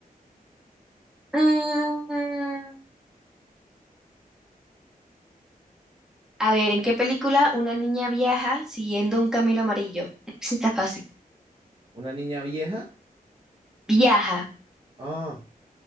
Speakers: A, in the centre; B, on the right (about 35°).
A: Mm, a ver, ¿en qué película una niña viaja siguiendo un camino amarillo? <laughs> Sí, Está fácil.
B: ¿Una niña vieja?
A: Viaja
B: Ah,